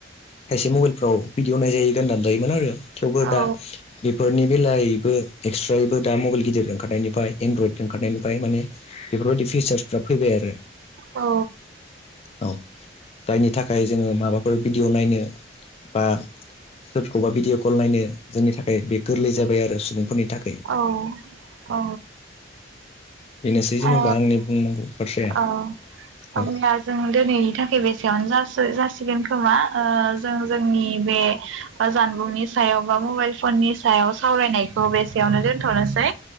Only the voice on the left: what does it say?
खायसे मबाइलफ्राव भिडिअ नायजायो गान दामजायोमोन आरो थेवबो
दा बेफोरनि बेलायैबो एक्सट्रायबो दा मबाइल गिदिर ओंखारनायनिफ्राय एनड्रयड ओंखारनायनिफ्राय माने बेफोरबायदि फिचार्सफ्रा फैबाय आरो
औ दायनि थाखाय जोङो माबाफोर भिडिय' नायनो बा सोरखौबा भिडिअ कल नायनो जोंनि थाखाय बे गोरलै जाबाय आरो सुबुंफोरनि थाखाय
बेनोसै जेन'बा
आंनि बुंनांगौ बाथ्राया
औ